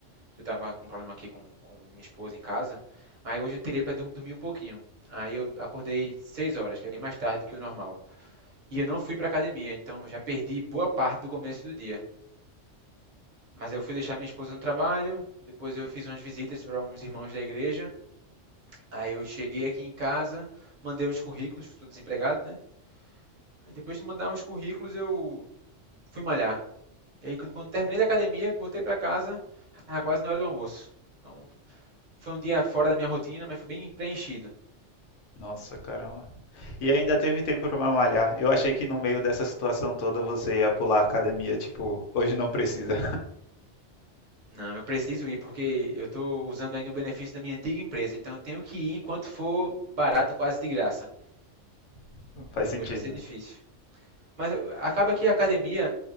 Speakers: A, on the right (about 45°); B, on the left (about 80°).
A: que eu tava com problema aqui com, com minha esposa em casa. Aí hoje eu tirei pra dur- dormir um pouquinho. Aí eu acordei seis horas, que é bem mais tarde do que o normal. E eu não fui para academia, então já perdi boa parte do começo do dia. Mas eu fui deixar minha esposa no trabalho, depois eu fiz umas visitas para uns irmãos da igreja. Aí eu cheguei aqui em casa, mandei uns currículos, estou desempregado, né? Aí depois de mandar uns currículos, eu fui malhar. E aí quando quando terminei da academia, que voltei para casa, já tava quase na hora do almoço. Então foi um dia fora da minha rotina, mas foi bem preenchido.
B: Nossa, caramba. E ainda teve tempo para malhar. Eu achei que no meio dessa situação toda você ia pular a academia, tipo, hoje não precisa.
A: Não, eu preciso ir porque eu estou usando ainda o benefício da minha antiga empresa, então eu tenho que ir enquanto for barato, quase de graça.
B: <laughs> Faz
A: Depois
B: sentido.
A: vai ser difícil. Mas eu- acaba que a academia,